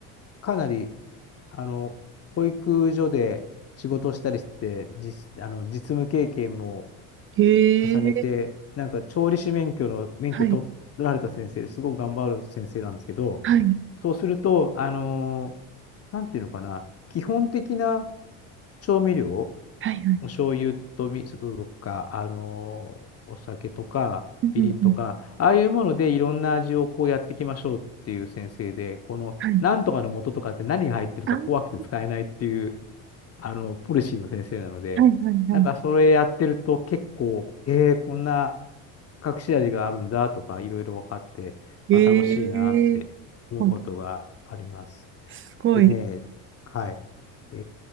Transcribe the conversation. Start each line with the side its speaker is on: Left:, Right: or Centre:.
Left: かなり、あの、保育所で仕事をしたりして、実、あの、実務経験も
Right: い。へえ。
Left: 重ねて、なんか、調理師免許の、免許取られた先生ですごく頑張る先生なんですけど、
Right: はい。はい。
Left: そうすると、あの、なんていうのかな、基本的な調味料、
Right: はい。はい。
Left: お醤油と味噌とか、あのーお酒とか、
Right: うんうんうん
Left: みりんとか、ああいうものでいろんな味をこうやっていきましょうっていう先生で、このなんとかの素とかって何が入ってるか怖くて使えないっていう、
Right: はい。あー
Left: あの、ポリシーの先生なので、
Right: はい。はい。は
Left: なんかそれやってると結構、えー、こんな隠し味があるんだとか、いろいろ分かって、
Right: い。
Left: まあ、
Right: へえ。
Left: 楽しいなって思うことがあります。
Right: おすごい。
Left: でね、はい。え